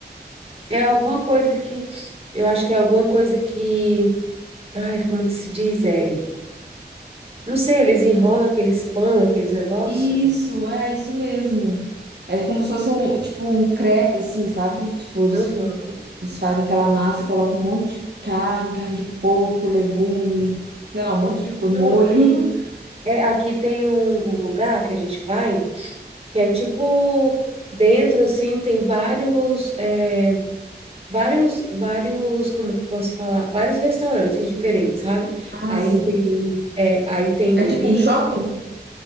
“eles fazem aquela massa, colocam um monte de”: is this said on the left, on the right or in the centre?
Right